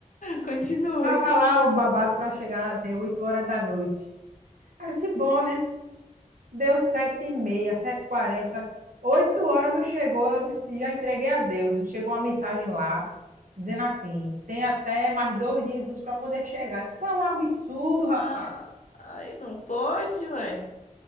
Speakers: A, on the left (about 65°); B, on the right (about 80°).
A: Continue.
B: Tava lá o babado para chegar até 8 horas da noite. Aí se bom, né? Deu sete e meia, sete e quarenta, oito horas não chegou, eu disse, já entreguei a Deus. Chegou uma mensagem lá, dizendo assim, tem até mais dois dias úteis para poder chegar. Isso é um absurdo, rapaz.
A: Ah, aí não pode, ué. <laughs>